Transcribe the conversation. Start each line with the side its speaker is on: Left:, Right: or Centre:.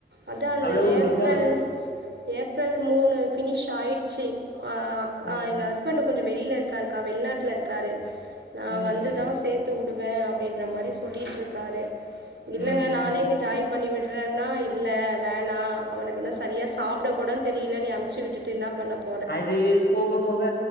Right: அதா அந்த
Left: அவ்ளோ
Right: ஏப்ரல்
Left: ஒரு இதா
Right: ஏப்ரல் மூணு ஃபினிஷ் ஆயிடுச்சு அ அக்
Left: ம்,
Right: எங்க ஹஸ் ஃபன்ட்டு கொஞ்சு வெளில இருக்காருக்கா வெள்நாட்ல இர்க்காரு நா
Left: ம்,
Right: வந்துதா
Left: ம்,
Right: சேத் த்து வுடுவே அப்டின்ற மாரி சொல்லிட்ருக்காரு இல்லங்க
Left: ம்,
Right: நானே
Left: ம்.
Right: இங்கு ஜாய்ன் பண்ணி விட்றேன்னா இத் இல்ல வேணா அவனுக் ஒன்னு சரியா சாப்ட கூடன் தெரில நீ அம்ச்சு விட்டுட்டு இன்னா பண்ணப்
Left: அது போக போக